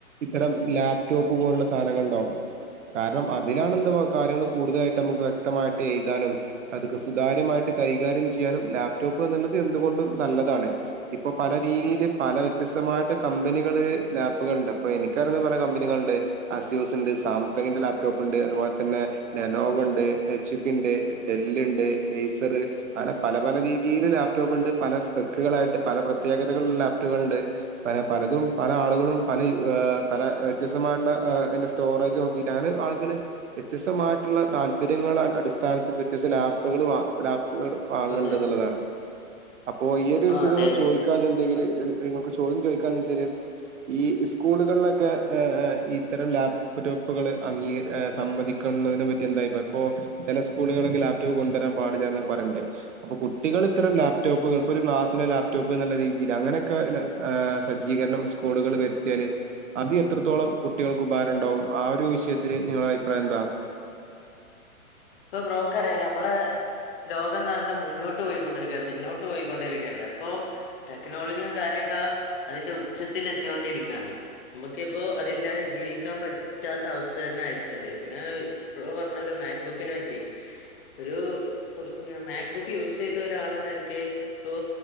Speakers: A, on the right; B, on the left.
A: ഇത്തരം ലാപ്ടോപ്പ് പോലുള്ള സാധനങ്ങൾ ഉണ്ടാകും കാരണം അതിലാണ് എന്താ കാര്യങ്ങൾ കൂടുതലായിട്ട് നമുക്ക് വ്യക്തമായിട്ട് എയ്താനും അതൊക്കെ സുതാര്യമായിട്ട് കൈകാര്യം ചെയ്യാനും ലാപ്ടോപ്പ് എന്ന്ള്ളത് എന്തുകൊണ്ടും നല്ലതാണ് ഇപ്പൊ പല രീതിയിൽ പല വ്യത്യസ്തമായിട്ട് കമ്പനികള് ലാപ്പുകളുണ്ട് അപ്പോ എനിക്കറിയുന്ന പല കമ്പനികളുണ്ട് അസ്യൂസ്ണ്ട് സാംസങ്ങിന്റെ ലാപ്ടോപ്പ്ണ്ട് അതുപോലെ തന്നെ ലെനോവണ്ട് എച്ച്പിണ്ട് ഡെല്ല്ണ്ട് എയ്സർ അങ്ങനെ പല പല രീതിയില് ലാപ്ടോപ്പ്ണ്ട് പല സ്പെക്കുകളായിട്ട് പല പ്രത്യേകതകൾള്ള ലാപ്ട്കള്ണ്ട് പ പലതും പല ആളുകളും പല പല വ്യത്യസ്തമായിട്ടുള്ള അയ്ൻ്റെ സ്റ്റോറേജ് നോക്കിയിട്ടാണ് വാങ്ങ്ന്നത് വ്യത്യസ്തമായിട്ടുള്ള താൽ പര്യങ്ങളെ അടിസ്ഥാനത്തിൽ വ്യത്യസ്ഥ ലാപ്പുകൾ വാ ലാപ്പുകൾ വാങ്ങണ്ട്ന്ന്ള്ളതാണ്
B: അതെ
A: അപ്പോ ഈ ഒരു
B: ആ
A: വിഷയം
B: അതെ അതെ
A: ചോദിക്കാന്നുണ്ടെങ്കില് നിങ്ങക്ക് ചോദ്യം ചോദിക്കാന്ന് വെച്ചാല് ഈ സ്കൂൾകൾലൊക്കെ ഏ ഏ ഇത്തരം ലാപ് ടോപ്പുകൾ അംഗീകരി ഏ സമ്മതിക്കുന്നതിനെ പറ്റി എന്തായിപ്രാ ഇപ്പോ ചെല സ്കൂളുകളൊക്കെ ലാപ്ടോപ്പ് കൊണ്ടുവരാൻ പാടില്ലന്ന് പറയ്ണ്ട് അപ്പൊ കുട്ടികൾ ഇത്തരം ലാപ്ടോപ്പുകൾ ഇപ്പോ ഒരു ക്ലാസ്സിന് ലാപ്ടോപ്പ് ന്നുള്ള രീതിയിൽ അങ്ങനെയൊക്കെ സജ്ജീകരണം സ്കൂളുകൾ വരുത്തിയാല് അത് എത്രത്തോളം കുട്ടികൾക്ക് ഉപകാരംണ്ടാവും ആ ഒരു വിഷയത്തിൽ നിങ്ങള അ പ്രായന്താ
B: ഇപ്പൊ ബ്രോക്ക് അറിയാല്ല നമ്മളെ ലോകംന്ന് പറഞ്ഞ മുന്നോട്ട് പോയിക്കൊണ്ടിരിക്ക പിന്നോട്ട് പോയിക്കൊണ്ടിരിക്കയല്ല ഇപ്പൊ ടെക്നോളജിയും കാര്യൊക്കെ അതിന്റെ ഉച്ചത്തിൽ എത്തിയോണ്ടിരിക്കയാണ് നമുക്കിപ്പോ അതില്ലാതെ ജീവിക്കാൻ പറ്റാത്ത അവസ്ഥ തന്നെ ആയിട്ടുണ്ട് പിന്നെ ബ്രോ പറഞ്ഞാലോ മാക് ക്. ബുക്കിനെ പറ്റി ഒരു കുറച്ച് മാക്ബുക്ക് യൂസ് ചെയ്ത ഒരാൾ ന്ന നിലക്ക് ഇപ്പോ